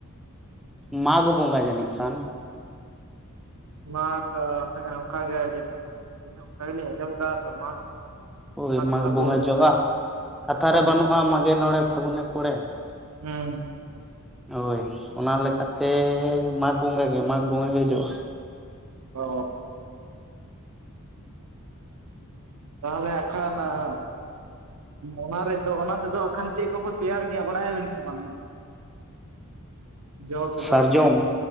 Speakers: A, in the centre; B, on the right.
A: ᱢᱟᱜᱽ ᱵᱚᱸᱜᱟ ᱡᱟᱹᱱᱤᱡ ᱠᱷᱟᱱ
B: ᱢᱟᱜᱽ ᱦᱮᱸ ᱚᱱᱠᱟ ᱜᱮ ᱡᱟᱹᱱᱤᱡ ᱠᱷᱟᱱ ᱟᱞᱤᱧ ᱦᱚᱸ ᱚᱱᱠᱟ ᱜᱮᱞᱤᱧ ᱟᱸᱡᱚᱢ ᱠᱟᱫᱟ ᱛᱚ ᱢᱟᱜᱽ
A: ᱳᱭ ᱢᱟᱜᱽ
B: ᱯᱷᱟᱹᱜᱩᱱ
A: ᱵᱚᱸᱜᱟ
B: ᱚᱱᱠᱟ
A: ᱡᱚᱜᱼᱟ
B: ᱜᱮ
A: ᱠᱟᱛᱷᱟ
B: ᱦᱩᱸ
A: ᱨᱮ ᱵᱟᱹᱱᱩᱜᱼᱟ ᱢᱟᱜᱽᱮ ᱱᱚᱬᱮ ᱯᱷᱟᱹᱜᱩᱱᱮ ᱯᱚᱲᱮ
B: ᱦᱮᱸ
A: ᱦᱳᱭ ᱚᱱᱟ ᱞᱮᱠᱟᱛᱮ ᱢᱟᱜᱽ ᱵᱚᱸᱜᱟ ᱜᱮ ᱢᱟᱜᱽ ᱵᱚᱸᱜᱟ ᱜᱮ ᱡᱚᱜᱼᱟ
B: ᱚ ᱟᱞᱮ ᱟᱠᱷᱲᱟ ᱨᱮᱱᱟᱜ ᱚᱱᱟ ᱨᱮᱫᱚ ᱚᱱᱟ ᱛᱮᱫᱚ ᱦᱟᱸᱜ ᱠᱷᱟᱱ ᱪᱮᱫ ᱠᱚᱠᱚ ᱛᱮᱭᱟᱨ ᱜᱮᱭᱟ ᱵᱟᱲᱟᱭ ᱟᱵᱤᱱ ᱥᱮ ᱵᱟᱝ? ᱡᱚ ᱛᱮᱫᱚ
A: ᱥᱟᱨᱡᱚᱢ